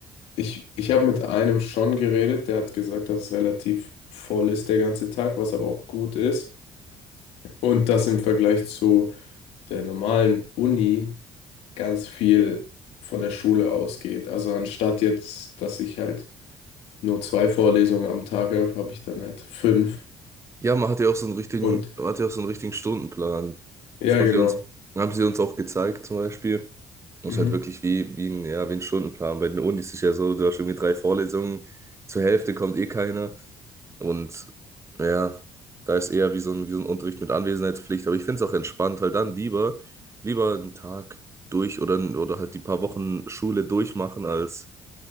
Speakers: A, on the left; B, on the right.
A: ich, ich habe mit einem schon geredet, der hat gesagt, dass es relativ voll ist der ganze Tag, was aber auch gut ist. Und das im Vergleich zu der normalen Uni ganz viel von der Schule ausgeht. Also anstatt jetzt, dass ich halt nur zwei Vorlesungen am Tag habe, habe ich dann halt fünf.
B: Ja, man hat ja auch so einen richtigen,
A: Und
B: man hat ja auch so einen richtigen Stundenplan.
A: ja,
B: Das haben
A: genau.
B: sie uns, haben sie uns auch gezeigt, zum Beispiel. Muss
A: Mhm.
B: halt wirklich wie, wie ein, ja, wie ein Stundenplan. Bei den Unis ist es ja so, du hast irgendwie drei Vorlesungen, zur Hälfte kommt eh keiner. Und ja, da ist eher wie so ein, wie so ein Unterricht mit Anwesenheitspflicht. Aber ich finde es auch entspannt, weil dann lieber, lieber einen Tag durch oder, oder halt die paar Wochen Schule durchmachen, als